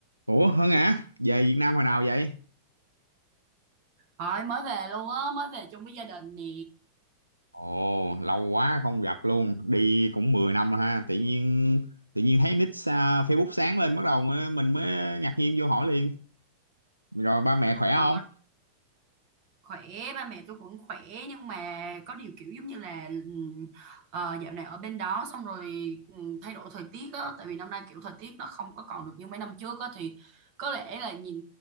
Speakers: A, on the right; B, on the right.
A: Ủa Hân hả? Về Việt Nam hồi nào vậy?
B: Rồi mới về luôn á, mới về chung với gia đình nè.
A: Ồ, lâu quá không gặp luôn. Đi cũng 10 năm rồi ha. Tự nhiên tự nhiên thấy nick à, Facebook sáng lên bắt đầu mới- mình mới ngạc nhiên vô hỏi liền. Rồi ba mẹ khỏe
B: Ờ,
A: không?
B: khỏe, ba mẹ tôi cũng khỏe nhưng mà có điều kiểu giống như là ừm, ờ, dạo này ở bên đó xong rồi ừm, thay đổi thời tiết á, tại vì năm nay kiểu thời tiết nó không có còn được như mấy năm trước á thì có lẽ là nhìn